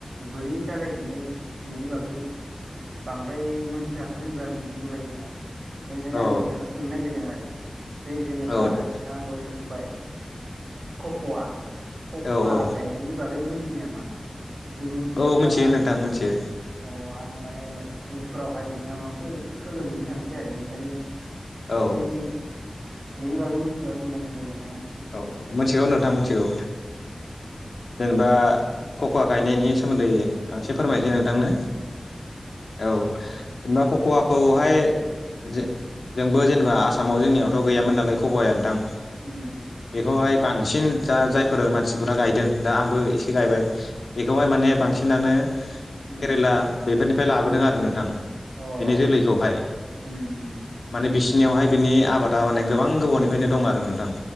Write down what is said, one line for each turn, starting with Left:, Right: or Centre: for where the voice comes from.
Right: बोरै जागायजेनो बेनि बागै बांद्राय मिथियाखैनो होनना बुंजायो नोंथां बेनिखायनो
Left: औ
Right: आं नोंथांनो सोंनो नागिरदों आरो बे जेनेबा
Left: औ दे
Right: नोंथांङा ल बुं बुंबाय खख'वा खख'वा
Left: औ औ
Right: गायनायनि बागै मिथियो नामा बिदि मोनथिब्ला
Left: औ मिथियो नोंथां मिथियो
Right: अ आं माने उनफोरावहाय नोंथांनावसो सोलोंहैनो थांसै आरो ओंखायनो
Left: औ
Right: एसे एनै बेनि बागै मिथिबा बुंनानै होदो नोंथाङानो
Left: औ मोनथिगौ नोंथां मोनथिगौ जेनेबा खख' गायनायनि सोमोन्दै आं एसे फोरमायनोसै
Right: औ
Left: नोंथांनो
Right: औ
Left: औ जेनेबा खक'वा खौहाय ज जोंबो जेनेबा आसामाव जोंनियावथ' गैयामोन नालाय खख'वाया नोंथां
Right: उम
Left: बेखौहाय
Right: उम
Left: बांसिन जा जायफोर मानसिफोरा गायदों दा आंबो एसे गायबाय बेखौहाय
Right: औ
Left: माने बांसिनानो
Right: उम
Left: केरेला बे बेफोरनिफ्राय लाबोदों आरो नोंथां
Right: अ उम
Left: बेनि जोलैखौहाय
Right: उम
Left: माने बिसि बिनियावहाय बिनि आबादा माने गोबां गोबावनिफ्रायनो दं आरो नोंथां